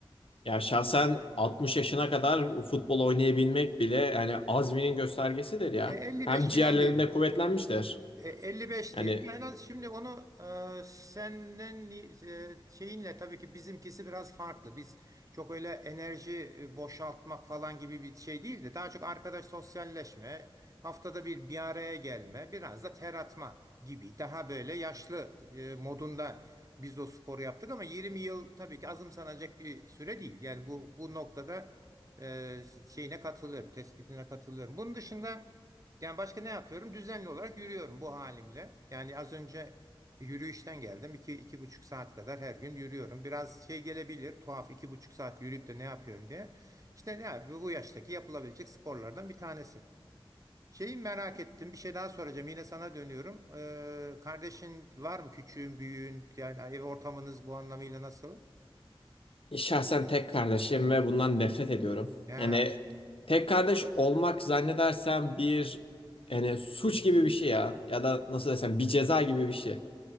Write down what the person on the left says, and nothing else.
Ya şahsen 60 yaşına kadar futbol oynayabilmek bile yani azminin göstergesidir ya.
Hem
ciğerlerinde
kuvvetlenmiştir.
Yani
Şahsen tek kardeşim ve bundan nefret ediyorum.
Yani tek kardeş olmak zannedersem bir yani suç gibi bir şey ya ya da nasıl desem bir ceza gibi bir şey.